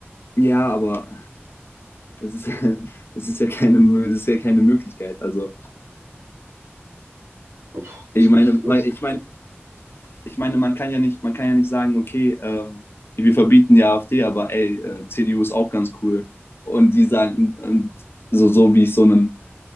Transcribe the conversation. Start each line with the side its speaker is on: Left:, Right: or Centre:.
Left: Ja, aber das ist, <laughs> das ist ja keine, Mö- das ist ja keine Möglichkeit. Also
Right: Puh,
Left: ich
Right: es gibt
Left: meine,
Right: genug.
Left: weil- ich meine, ich meine, man kann ja nicht, man kann ja nicht sagen, okay, ähm, wir verbieten die AfD, aber ey, äh, CDU ist auch ganz cool. Und die sagen, und so, so wie ich so einen